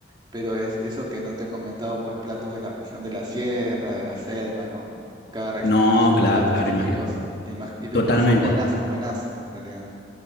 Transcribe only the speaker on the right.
pero es eso que no te he comentado, pues platos de la región de la sierra, de la selva, ¿no? Cada región
tiene sus
platos típicos,
y, más- y- pero
son buenazos, buenazos en realidad.